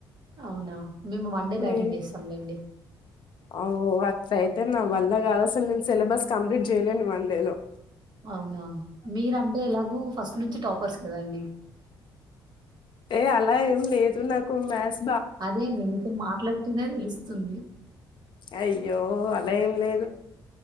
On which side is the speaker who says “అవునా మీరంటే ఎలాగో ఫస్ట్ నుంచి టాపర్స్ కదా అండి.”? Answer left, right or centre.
Right